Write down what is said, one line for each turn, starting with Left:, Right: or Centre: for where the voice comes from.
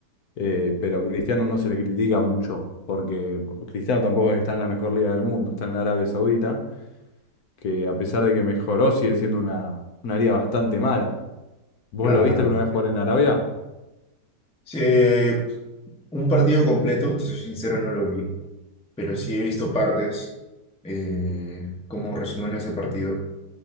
Left: Eh, pero a Cristiano no se le critica mucho, porque Cristiano tampoco está en la mejor liga del mundo, está en Arabia Saudita, que a pesar de que mejoró, sigue siendo una, una liga bastante mala. ¿Vos
Centre: Claro.
Left: lo viste alguna vez jugar en Arabia?
Centre: Sí, eh, un partido completo, te soy sincero, no lo vi, pero sí he visto partes eh, como resumen de ese partido.